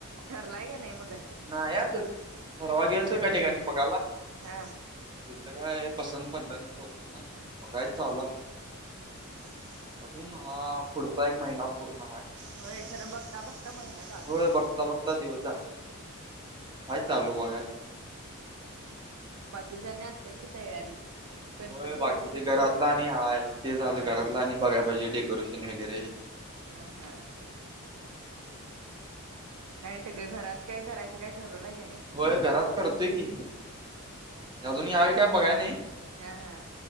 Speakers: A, on the right; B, on the right.
A: ठरलाय का नाही मग गणपती.
B: नाही अजून परवा गेलतो एका ठिकाणी बघायला.
A: हा
B: तिथं काय पसंत पडलं नाही पोरांना. बघाय
A: हा
B: चालू हाय
A: हा
B: अजून हा पुढचा एक महिना पूर्ण हाय.
A: होय खरं बघता बघता महिना. जातोय
B: होय बघता बघता दिवस जात्यात हाय चालू बघायच.
A: बाकीच्या आणि असत्या की तयारी. गणपतीसाठी
B: होय बाकीचे
A: किती
B: घरातलं
A: काय
B: आणि
A: काय
B: हाय, ते झालं
A: होय
B: घरातलं आणि बघाय पाहिजे डेकोरेशन वगैरे.
A: अं हं. काय टगं घरात काय करायचं काय ठरवलाय काय नाही.
B: होय घरात करतोय की
A: हा हा
B: अजून यावेळी काय बघाय नाही.
A: हा हा